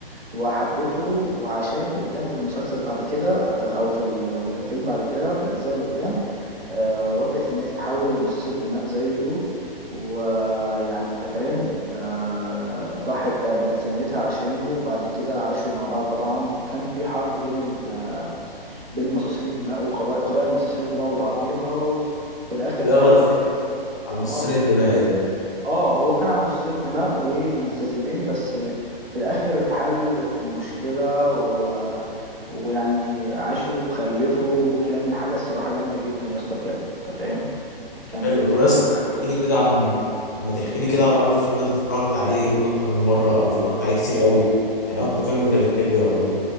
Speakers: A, on the right; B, on the left.
A: وحبته وعشانه قدام في المسلسل بعد كده آه، او في ال- في الفيلم بعد كده في الاجزاء اللي قدام آه، وافقت ان هي تتحول لمصاص الدماء زيه ويعني انت فاهم آه، ضحت بقى بإنسانيتها عشانه وبعد كده عاشوا مع بعض طبعا وكان في حرب بين ال... بين مصاصين الدماء وقبائل قبائل مصاصين الدماء وبعضيها وفي الاخر
B: الاغلب
A: اتحل
B: فيلم على مصاصين
A: اه
B: الدماء يعني
A: اه هو كان على مصاصين الدماء والمستذئبين بس في الاخر اتحلت المشكلة و... ويعني عاشوا وخلفوا وكان حاجة الصراحة جامدة جدا يا اسطى بجد انت فاهم كان
B: حلو طب بس
A: حاجة
B: احكي
A: كويسة
B: لي كده عن اما تحكي لي كده عن اكتر فيلم انت اتفرجت عليه اكتر من مرة او اتفرجت عليه كتير قوي يعني اكتر فيلم انت بتحبه يعتبر